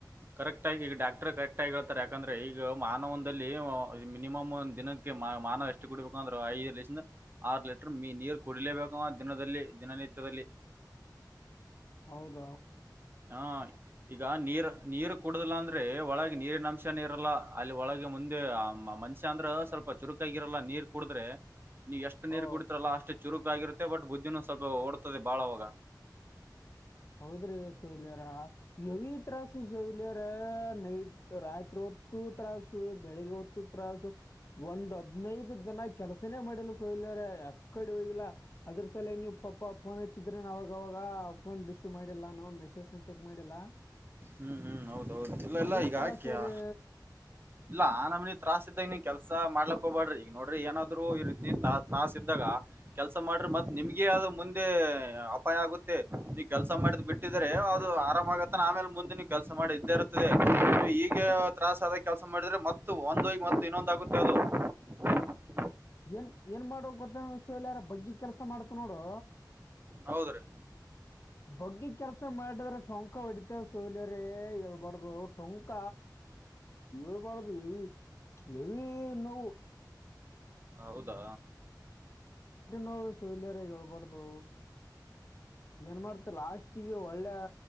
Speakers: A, on the right (about 30°); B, on the left (about 40°).
A: ಕರೆಕ್ಟ್ ಆಗಿ ಈಗ ಡಾಕ್ಟರೆ ಕರೆಕ್ಟ್ ಆಗಿ ಹೇಳ್ತಾರೆ ಯಾಕಂದ್ರೆ ಈಗ ಮಾನವನ್ದಲ್ಲಿ ಮಿನಿಮಮ್ ಒಂದ್ ದಿನಕ್ಕೆ ಮಾ ಮಾನವ ಎಷ್ಟು ಕುಡಿಬೇಕು ಅಂದ್ರ ಐದು ಲಿಸಿಂದ ಆರು ಲೀಟರ್ ಮಿ ನೀರು ಕುಡಿಲೇಬೇಕವ ದಿನದಲ್ಲಿ ದಿನನಿತ್ಯದಲ್ <inaudible>
B: ಹೌದ
A: ಹಾ ಈಗ ನೀರ್ ನೀರು ಕುಡುದಿಲ್ಲ ಅಂದ್ರೆ ಒಳಗೆ ನೀರಿನ ಅಂಶನ ಇರಲ್ಲ ಅಲ್ಲಿ ಒಳಗೆ ಮುಂದೆ ಮನುಷ್ಯ ಅಂದ್ರ ಸ್ವಲ್ಪ ಚುರುಕ ಆಗಿರಲ್ಲ ನೀರ್ ಕುಡಿದ್ರೆ ನೀವು ಎಷ್ಟು ನೀರ್
B: ಓ
A: ಕುಡತಿರಲ್ಲ ಅಷ್ಟೇ ಚುರುಕ ಆಗಿರು ತ್ತೆ ಬಟ್ ಬುದ್ಧಿನು ಸ್ವಲ್ಪ ಓಡ್ತದೆ ಬಾಳ ಅವಾಗ.
B: ಹೌದ್ರಿ ಸೌಲ್ಯರ ನೈಟ್ ತ್ರಾಸು ಸೌಲ್ಯರ ನೈಟ್ ರಾತ್ರಿ ತ್ತು ತ್ರಾಸು ಬೆಳಿಗ್ಗೆ ಹೊತ್ತು ತ್ರಾಸು ಒಂದ್ ಹದ್ನೈದು ದಿನ ಕೆಲ್ಸನೇ ಮಾಡಿಲ್ಲ ಸ್ ಯ ಕಡೆ ಹೋಗಿಲ್ಲ ಅದ್ರ ಸಲವಗ್ ನೀವ್ ಪಾಪ ಫೋನ್ ಹಚ್ಚಿದ್ರೇನ್ ಅವಾಗವಾಗ ಫೋನ್ ಬಿಸ್ ಮಾಡಿಲ್ಲ ನಾ ಮೆಸೇಸೆಂತಕ್ ಮಾಡಿಲ್ಲ.
A: ಹ್ಮ್ ಹ್ಮ್ ಹೌದೌದು ಇಲ್ಲ ಎಲ್ಲ
B: ಏನ್
A: ಈಗ
B: ತ್ರಾಸು
A: ಆಕ್ಯಾ
B: ರೀ
A: ಇಲ್ಲ ಆ ನಮನಿ ತ್ರಾಸ್ ಇದ್ದಾಗ್ ನೀ ಕೆಲ್ ಸ ಮಾಡ್ಲಕ್ ಹೋಗಬೇಡ್ರಿ ಈಗ ನೋಡ್ರಿ ಏನಾದ್ರು ಈ ರೀತಿ ತ್ರಾಸ ಇದ್ದಾಗ ಕೆಲ್ ಸ ಮಾಡ್ರಿ ಮತ್ ನಿಮ್ಗೆ
B: ಹ್ಮ್
A: ಆದು ಮುಂದೆ ಅಪಾಯ ಆಗುತ್ತೆ ನೀವ್ ಕೆಲ್ಸ ಮಾಡಿದ್ ಬಿಟ್ಟಿದ್ರೆ ಅದು ಆರಾಮ ಆಗತ್ತನ ಆಮೇಲೆ ಮುಂದ್ ತ್ತೆ ನೀವು ಕೆಲಸ ಮಾಡ್ ಇದ್ದೇ ಇರುತ್ತದೆ ಅದ್ ಈಗ ತ್ರಾಸದಾಗ್ ಕೆಲ್ಸ ಮಾಡಿದ್ರೆ ಮತ್ತು ಒಂದೋಗ್ ಮತ್ತ್ ಇನ್ನೊಂದಾಗು <inaudible>
B: ಏನ್ ಏನ್ ಮಾಡೋ ಗೊತ್ತಂಗಿಸ್ಲಾರ ಬಗ್ಗಿ ಕೆಲ್ಸ ಮಾಡ್ತ್ ನೋಡು
A: ಹೌದ್ರೀ
B: ಬಗ್ಗಿ ಕೆಲ್ಸ ಮಾಡಿದ್ರೆ ಟೊಂಕ ಹೊಡಿತ ಸೌಲ್ಯರೆ ಹೇಳ್ಬಾರ್ದು ಟೊಂಕ ಏಳ್ಬಾರ್ದು ಹೇವಿ ಹೆವಿ ನೋವು.
A: ಹೌದಾ
B: ನೋವ್ ಸೌಲ್ಯಾರೇ ಹೇಳ್ಬಾರ್ದು ಏನ್ ಮಾಡ್ತ ಲಾಸ್ಟಿಗೆ ಒಳ್ಳೆ